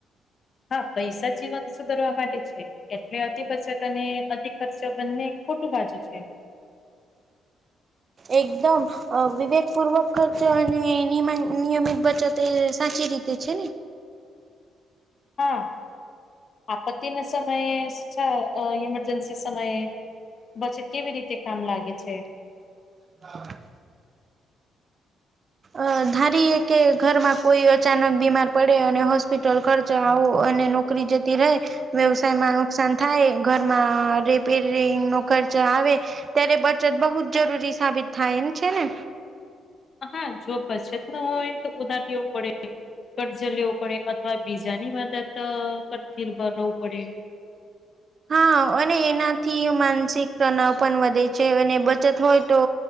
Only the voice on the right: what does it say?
એકદમ વિવેકપૂર્વક ખર્ચો અને નિમ નિયમિત બચત સાચી રીતે. તે છે
હા અ ધારીએ કે ઘરમાં કોઈ અચાનક બીમાર પડે અને હોસ્પિટલ ખર્ચે આવો અને. નોકરી જતી રહે વ્યવસાયમાં નુકસાન થાય ઘરમાં રિપેરિંગ નો ખર્ચ આવે ત્યારે બચત બહુ જ જરૂરી સાબિત થાય છે ને
હા અને એનાથી માનસિક તનાવ પણ વધે છે અને બચત હોય તો.